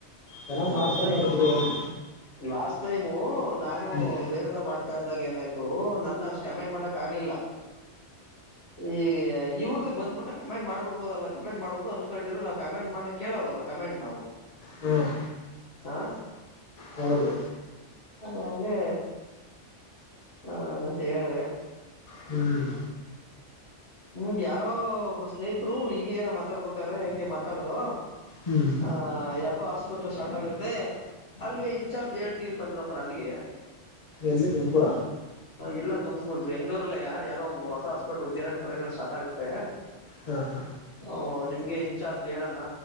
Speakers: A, on the left; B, on the left.
A: ಚೆನ್ನಾಗ್
B: ಲಾಸ್ಟ್
A: ಮಾಡ್ಕೊಂಡು
B: ಟೈಮ್
A: ಅವ್ರೆ ಬಿಡು, ಹೋಗ್ಲಿ
B: ಲಾಸ್ಟ್ ಟೈಮು ನಾನು
A: ಹ್ಮ್
B: ಬೇರೆದ ಮಾಡ್ತಾ ಇದ್ದಾಗ ಏನಾಯ್ತು ನನ್ನ ಅಷ್ಟು ಕಮೆಂಟ್ ಮಾಡಕ್ ಆಗ್ಲಿಲ್ಲ ಈ ಇವ್ರದ ಬಂದ್ಬಿಟ್ಟ ಕಮೆಂಟ್ ಮಾಡಬಹುದಲ್ಲ ಕಮೆಂಟ್ ಮಾಡಬಹದು ಅಂದನ್ಕೊಂಡಿರು ನವು ಕಮೆಂಟ್ ಮಾಡಕ್ ಕೇಳಲ್ವಲ್ಲ ಕಮೆಂಟ್ ನಾವು
A: ಹ್ಮ್
B: ಹಾ
A: ಹೌದು
B: ಅಂಗಗೆ ಹ ಮಂತ ಹೇಳೆ
A: ಹ್ಮ್
B: ನಿಮ್ಗೆ ಯಾರೋ ಒಬ್ಬರು ಸ್ನೇಹಿತರು ಹಿಂಗ ಏನ ಮಾತಾಡ್ಬೇಕ್ರ ಹಿಂಗೆ ಮಾತಾಡ್ದ
A: ಹ್ಮ್
B: ಹ ಹಾಸ್ಪಿಟ್ಲ್ ಸ್ಟಾರ್ಟ್ ಆಗುತ್ತೆ ಅಲ್ಲಿಗೆ ಇನ್ಚಾರ್ಜ್ ಹೇಳ್ತೀವಿ ಅಂತ ಅಂದ್ರಪ್ಪ ನನಗೆ
A: ಎಲ್ಲಿ ತುಮಕೂರ
B: ಇಲ್ಲ ತು್ ಬೆಗಳೂರಲ್ಲಯ ಯಾವದೋ ಒಂದು ಹೊಸ ಹಾಸ್ಪಿಟಲ್ ವಿದ್ಯಾರಣ್ಯಪುರ ಕಡೆ ಸ್ಟಾರ್ಟ್ ಆಗುತ್ತೆ
A: ಹಾ ಹಾ
B: ಓ ನಿಮ್ಗೆ ಇನ್ಚಾರ್ಜ್ ಹೇಳಣ